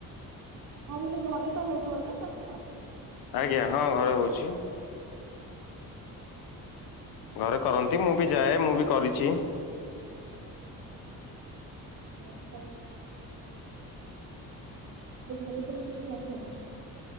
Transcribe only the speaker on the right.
ଆଉ ହେଲେ ଘରେ ତ ହଉଥିବ ନା ତ
ଆଉ ମ ଘରେ ସବୁ କିଏ କିଏ ଅଛନ୍ତି?